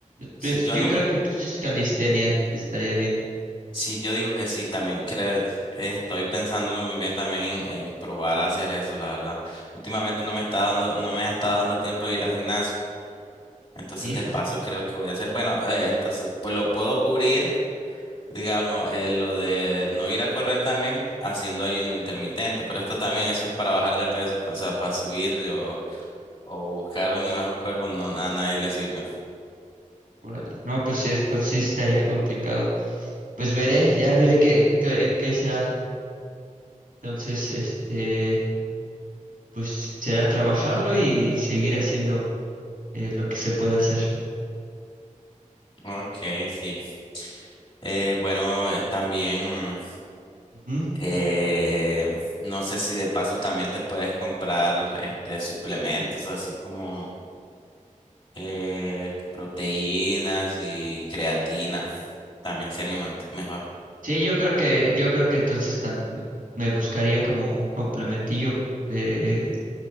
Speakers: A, on the left; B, on the right.
A: Si
B: pues
A: yo
B: yo
A: no,
B: creo que entonces calistenia estaría bien.
A: si yo digo que sí, también creo, estoy pensándolo muy bien también en, en probar a hacer eso, la verdad. Últimamente no me está dando, no me ha estado dando tiempo de ir al gimnasio. Entonces,
B: Híjole,
A: de paso, creo que voy a hacer. Bueno, eh, entonces, pues lo puedo cubrir Digamos, eh, lo de no ir a correr también haciendo ayuno intermitente, pero esto también eso es para bajar de peso, pues, o sea, para subir o, o buscar un mejor cuerpo, no, a nadie le sirve.
B: órale. No, pues sí, esto sí estaría complicado. Pues veré, ya veré qué, qué, qué será. Entonces, este, pues será trabajarlo
A: <laughs>
B: y seguir haciendo eh, lo que se pueda hacer.
A: Ok, sí. Eh, bueno, eh, también,
B: Ujú.
A: eh, no sé si de pasos también te puedes comprar este suplementos, así como eh, proteínas y creatina, también sería un mont- mejor.
B: Sí, yo creo que, yo creo que entonces tam- me buscaría como un complementillo de